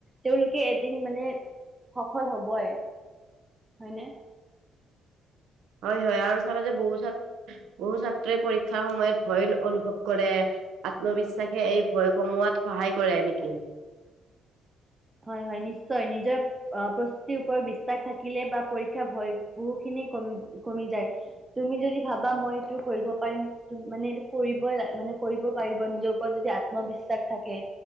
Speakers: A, on the right; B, on the right.
A: তেওঁলোকে এদিন মানে সফল হ'বই, হয়নে?
B: হয়, হয় আৰু চাবা যে, বহু ছাত্ৰ বহু ছাত্ৰই পৰীক্ষাৰ সময়ত ভয় অনুভৱ কৰে, আত্মবিশ্বাসে এই ভয় কমোৱাত সহায় কৰে নেকি?
A: হয়, হয় নিশ্চয় নিজৰ প্ৰস্তুতিৰ ওপৰত বিশ্বাস থাকিলে বা পৰীক্ষা ভয় বহু খিনি কমি, কমি যায় তুমি যদি ভাবা মই এইটো কৰিব পাৰিম মানে এইটো কৰিবই মানে কৰিব পাৰিব নিজৰ ওপৰত যদি আত্মবিশ্বাস থাকে